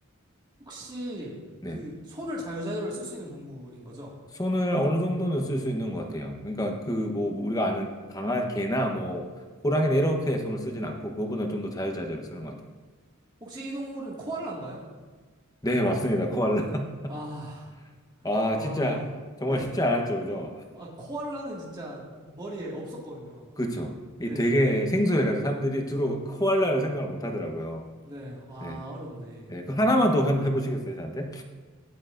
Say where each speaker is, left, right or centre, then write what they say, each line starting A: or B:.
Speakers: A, on the right (about 20°); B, on the left (about 15°).
A: 혹시
B: 네,
A: 그 손을 자유자유로 쓸 수 있는 동물인 거죠?
B: 손을 어느 정도는 쓸 수 있는 것 같아요. 그러니까 그 뭐 우리가 아는 강아 개나 뭐 호랑이나 이렇게 손을 쓰진 않고 그거보다 좀 더 자유자재로 쓰는 것 같아요.
A: 혹시 이 동물은 코알라인가요?
B: 네, 맞습니다. 코알라.
A: 아,
B: <laughs> 아,
A: 와.
B: 진짜 정말
A: 네.
B: 쉽지 않았죠, 그죠?
A: 아, 코알라는 진짜 머리에 없었거든요.
B: 그렇죠. 이
A: 네네.
B: 되게 생소해가지고 사람들이 주로 코알라를 생각을 못 하더라고요.
A: 네. 와,
B: 네,
A: 어렵네.
B: 네, 그 하나만 더 한번 해보시겠어요, 저한테?